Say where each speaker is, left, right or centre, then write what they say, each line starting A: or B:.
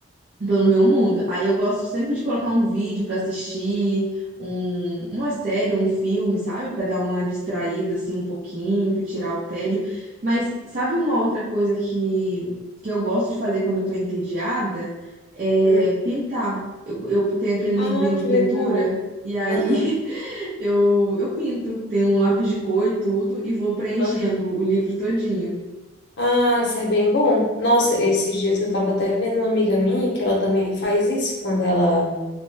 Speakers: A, on the right; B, on the left.
A: Tô no meu mundo. Aí eu gosto sempre de colocar um vídeo pra assistir, um, uma série, um filme, sabe? Pra dar uma distraída assim um pouquinho, pra tirar o tédio. Mas sabe uma outra coisa que, que eu gosto de fazer quando eu tô entediada? É
B: Uhum.
A: pintar. Eu, eu tenho aquele
B: Ah,
A: livrinho de
B: que
A: pintura
B: legal.
A: e aí
B: Aham,
A: <laughs> eu, eu pinto. Tenho um lápis de cor e tudo e vou preenchendo
B: aham.
A: o livro todinho.
B: Ah, isso é bem bom. Nossa, esses dias eu tava até vendo uma amiga minha que ela também faz isso quando ela,